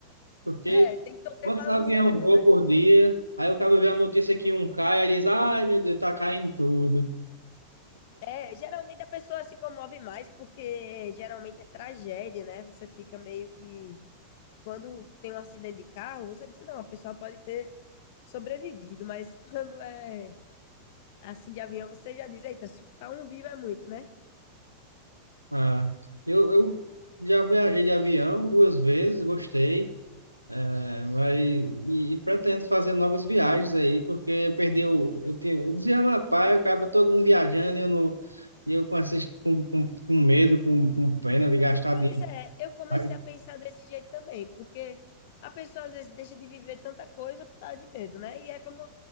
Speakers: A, on the right (about 85°); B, on the left (about 50°).
A: Porque
B: É, tem que torcer
A: quantos
B: para
A: aviões
B: não ser um,
A: voam
B: né?
A: por dia? Aí o cara vê a notícia que um cai, aí diz, ai meu Deus, tá caindo tudo.
B: É, geralmente a pessoa se comove mais porque geralmente é tragédia, né? Você fica meio que quando tem um acidente de carro, você diz, não, a pessoa pode ter sobrevivido, mas <laughs> quando é assim de avião, você já diz, eita, se ficar um vivo é muito, né?
A: Ah, eu, eu já viajei de avião duas vezes, gostei. É, vai, e, e pretendo fazer novas viagens aí, porque eu perdi o. Eu, tenho, eu dizia, rapaz, eu acaba todo mundo viajando e eu, não, e eu com, esses, com, com, com medo, com, com pena de gastar
B: Pois
A: dinheiro.
B: é, eu comecei
A: Aí,
B: a pensar desse jeito também, porque a pessoa às vezes deixa de viver tanta coisa por causa de medo, né? E é como,